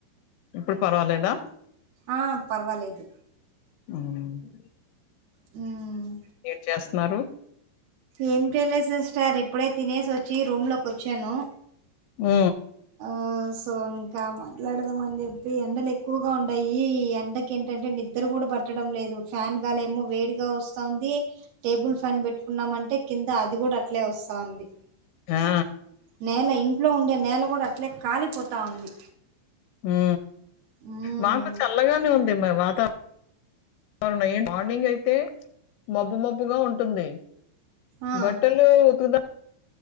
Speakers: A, on the left; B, on the right.
A: ఇప్పుడు పర్వాలేదా
B: ఆ పర్వాలేదు
A: మ్
B: మ్
A: మీరు చేస్తున్నారు
B: ఏం చేయలేదు సిస్టర్ ఇప్పుడే తినేసి వచ్చి రూమ్ లోకి వచ్చాను
A: ఆ
B: ఆ సో ఇంకా మాట్లాడదాం అని చెప్పి ఎండలు ఎక్కువగా ఉన్నాయి ఎండకి ఏంటంటే నిద్ర కూడా బట్టడం లేదు ఫ్యాన్ గాలి ఏమో వేడిగా వస్తంది టేబుల్ ఫ్యాన్ పెట్టుకు కున్నామంటే కింద అది కూడా అట్లే వస్తుంది
A: ఆ
B: నేల ఇం ఇంట్లో ఉండే నేల కూడా అట్లే కాలిపోతా ఉంది
A: ఆ
B: ఉమ్
A: మాకు చల్లగానే ఉంది వాతవరణం నై మార్నింగ్ అయితే మబ్బు మబ్బుగా ఉంటుంది
B: ఆ
A: బట్టలుతుందా